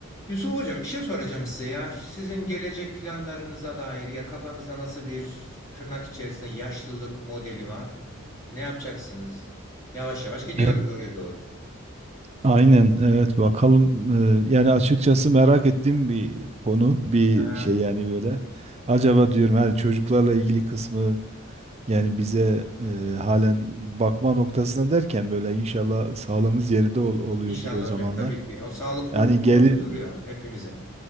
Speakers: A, on the left; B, on the right.
A: Yusuf Hocam bir şey soracağım size ya. Sizin gelecek planlarınıza dair ya kafanızda nasıl bir tırnak içerisinde yaşlılık modeli var? Ne yapacaksınız? Yavaş yavaş gidiyoruz
B: E,
A: oraya doğru.
B: Aynen evet bakalım E, yani açıkçası merak ettiğim bir konu bir
A: Aha,
B: şey yani böyle acaba diyorum hani çocuklarla ilgili kısmı yani bize e, halen bakma noktasına derken böyle inşallah sağlığımız yerinde ol- oluyordur
A: İnşallah
B: o zamanlar.
A: hocam tabii ki. O sağlık problemi
B: Yani gelir
A: orada duruyor hepimizin.